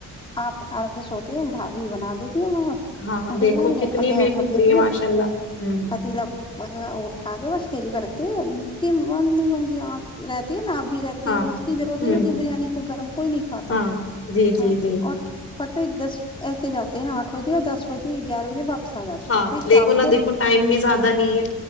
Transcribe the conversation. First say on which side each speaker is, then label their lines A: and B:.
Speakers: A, on the left; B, on the left.
A: آپ آرام سے سوتے ہیں بھاب بھی بنا دیتے وہ
B: ہاں
A: بریانی
B: دیکھو کتنی
A: تیار
B: بے
A: کر
B: فکری
A: دیتی
B: ماشاء
A: ہے
B: اللہ ہ
A: پتیلا اٹھا کے بس تیلی میں رکھتی ہے جی مندی وندی آ رہتی ہے نا آپ بھی رہتی
B: ہاں
A: ہے اس رورت نہیں
B: ہ
A: ہوتی بریانی کو گرم کوئی نہیں کھاتا
B: ہاں جی جی
A: ہاں
B: جی
A: اور پت دس ایسے جاتے ہیں آٹھ بجے یا دس بجے گیارہ بجے واپس آ جاتے
B: ہاں
A: ہیں پھر شام
B: دیکھو نہا
A: کو
B: دیکھو ٹائم بھی زیادہ نہیں ہے